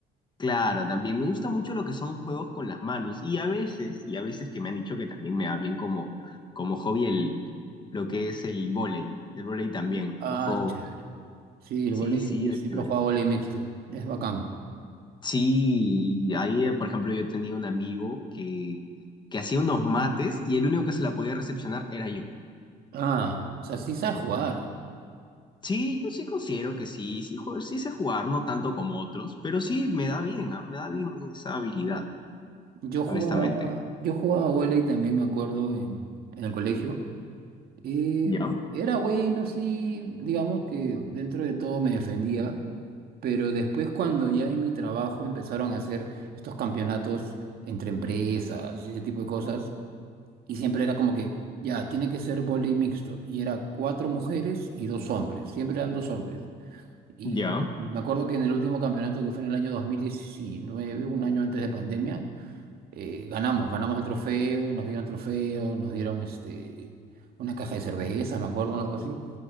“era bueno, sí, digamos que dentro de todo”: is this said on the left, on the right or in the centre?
Right